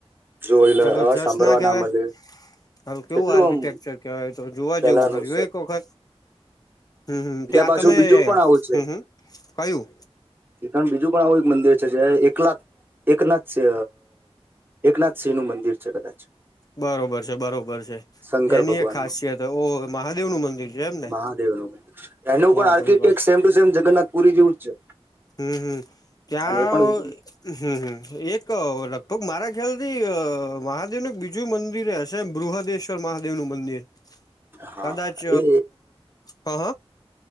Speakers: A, on the right; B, on the left.
A: જો એટલે
B: જબરજસ્ત.
A: અવાજ સાંભળવા
B: ના કવાય
A: મળે
B: હ કેવું
A: કેટલું
B: આર્કિટેકચર
A: આમ
B: કવાય તો જોવા
A: પેલાનું
B: જેવું ખર એક વખત. હમ, ત્યાં
A: પાછું
B: તમે,
A: બીજું પણ આવું
B: હમ, હમ, કયું.
A: ણ બીજું પણ આવું એક મંદિર છે, જે એકલાથ એકનાથ છે. એકનાથસિંહનું મંદિર છે, કદાચ.
B: બરોબર છે, બરોબર છે,
A: શંકર
B: એની
A: ભગવાન
B: એક ખાસિયત
A: નું
B: ઓ મહાદેવ નું મંદિર છે એમ ને.
A: મહાદેવ એનું પણ
B: વાહ
A: architect
B: ભાઈ
A: same to same Jagannath Puri જેવું જ છે.
B: હમ્મ, હમ, ત્યાં
A: અને એ પણ
B: હમ્મ, હ, એક લગભગ મારા ખ્યાલથી મહાદેવ નું એક બીજું મંદિર હશે, બૃહદેશ્વર મહાદેવ નું મંદિર.
A: હા
B: કદાચ
A: એ
B: હ, હ.